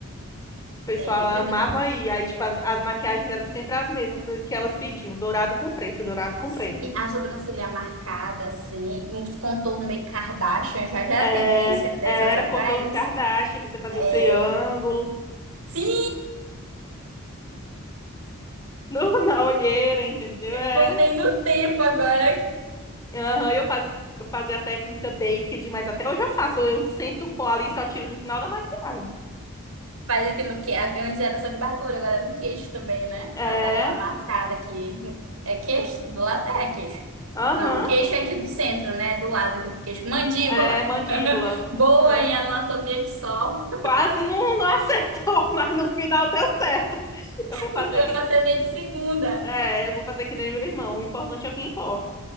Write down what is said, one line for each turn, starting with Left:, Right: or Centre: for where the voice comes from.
Left: pessoal
Right: É,
Left: amava
Right: mas tu dá.
Left: ir. Aí, tipo, as, as maquiagens eram sempre as mesmas que elas pediam. Dourado com preto, dourado com
Right: Se
Left: preto.
Right: a sobrancelha é marcada, assim, um contorno meio Kardashian, já já era
Left: É,
Right: tendência
Left: é,
Right: 10 anos
Left: era
Right: atrás?
Left: contorno Kardashian, você fazia
Right: É.
Left: o triângulo
Right: Sim,
Left: <laughs> no- na olheira, entendeu? Era
Right: voltei no tempo agora.
Left: Aham, eu faz, eu fazia a técnica baked, mas até hoje eu faço. Eu sento o pó ali e só tiro no final da maquiagem.
Right: Faz aqui no que antes era só de barbura, agora é no queixo também, né?
Left: É,
Right: Pra dar aquela marcada aqui. É queixo? Do lado? É queixo.
Left: aham,
Right: Não, queixo é aqui do centro, né? Do lado aqui do queixo. Mandíbula.
Left: é mandíbula.
Right: <laughs> Boa
Left: Ah,
Right: em anatomia que só.
Left: quase não, não acertou, <laughs> mas no final deu certo. Eu vou fazer
Right: No final
Left: que,
Right: acertei de segunda.
Left: é, eu vou fazer que nem meu irmão. O importante é o que importa.